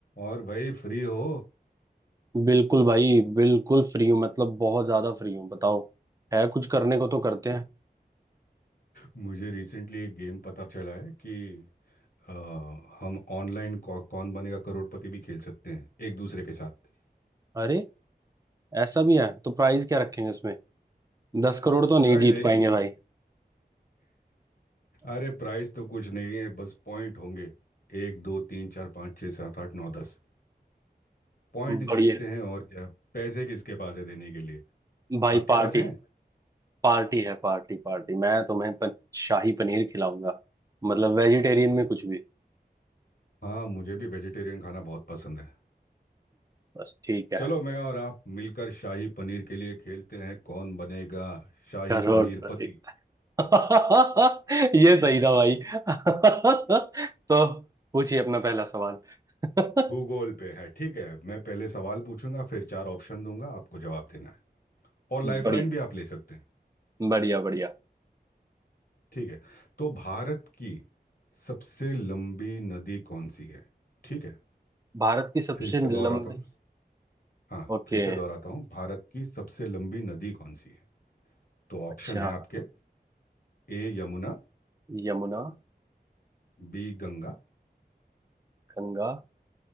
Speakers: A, on the left; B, on the right.
A: और भाई फ्री हो
B: बिल्कुल भाई बिल्कुल फ्री हूँ मतलब बहुत ज्यादा फ्री हूँ बताओ है कुछ करने को तो करते हैं
A: मुझे रिसेंटली एक गेम पता चला है कि अ, हम ऑनलाइन कौ, कौन बनेगा करोड़पति भी खेल सकते हैं एक दूसरे के साथ
B: अरे ऐसा भी है तो प्राइस क्या रखेंगे उसमें दस करोड़ तो नहीं
A: प्राइज
B: जीत
A: है
B: पाएंगे भाई <laughs>
A: अरे प्राइस तो कुछ नहीं है बस पॉइंट होंगे एक दो तीन चार पाँच छः सात आठ नौ दस पॉइंट
B: बढ़िया
A: जीतते हैं और क्या पैसे किसके पास है देने के लिए
B: भाई
A: आपके
B: पार्टी
A: पास हैं
B: पार्टी है पार्टी पार्टी मैं तुम्हें प, शाही पनीर खिलाऊंगा मतलब वेजिटेरियन
A: हम्म।
B: में कुछ भी
A: हाँ मुझे भी वेजिटेरियन खाना बहुत पसंद है
B: बस ठीक है
A: चलो मैं और आप मिलकर शाही पनीर के लिए खेलते हैं कौन बनेगा शाही
B: करोड़पति
A: पनीर पति
B: <laughs> ये सही था भाई <laughs> तो पूछिए अपना पहला सवाल <laughs>
A: भूगोल पे है ठीक है मैं पहले सवाल पूछूंगा फिर चार ऑप्शन दूंगा आपको जवाब देना है और लाइफलाइन
B: बढ़िया
A: भी आप ले सकते हैं
B: बढ़िया बढ़िया
A: ठीक है तो भारत की सबसे लंबी नदी कौन सी है ठीक है
B: भारत की सबसे
A: फिर से दोहराता
B: लंबी
A: हूँ हाँ
B: ओके
A: फिर से दोहराता हूँ भारत की सबसे लंबी नदी कौन सी है तो ऑप्शन
B: अच्छा
A: है आपके A Yamuna
B: यमुना
A: B Ganga
B: गंगा